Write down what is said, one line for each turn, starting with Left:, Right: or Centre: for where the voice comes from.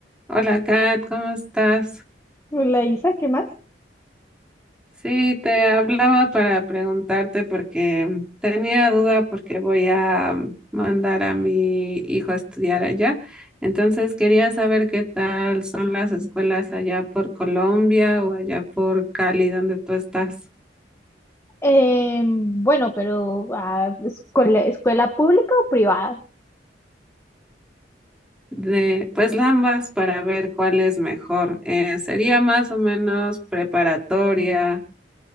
Centre: Hola Kat, ¿cómo estás?
Left: La Isa, ¿qué más?
Centre: Sí, te hablaba para preguntarte porque tenía duda porque voy a mandar a mi hijo a estudiar allá. Entonces quería saber qué tal son las escuelas allá por Colombia o allá por Cali, donde tú estás.
Left: Eh, bueno, pero ah, escuela, escuela pública o privada.
Centre: De, pues ambas para ver cuál es mejor. Eh, sería más o menos preparatoria,